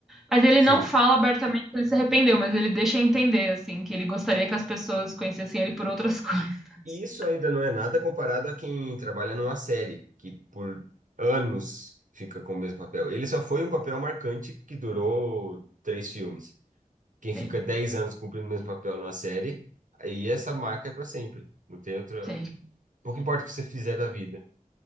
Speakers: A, in the centre; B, on the right (about 65°).
A: Mas ele
B: Sim.
A: não fala abertamente que ele se arrependeu, mas ele deixa entender, assim, que ele gostaria que as pessoas conhecessem ele por outras <laughs> coisas.
B: E isso ainda não é nada comparado a quem trabalha numa série, que por anos fica com o mesmo papel. Ele só foi um papel marcante que durou três filmes. Quem
A: Sim,
B: fica dez anos cumprindo o mesmo papel numa série, aí essa marca é para sempre. Não tem outra.
A: sim.
B: Pouco importa o que você fizer da vida.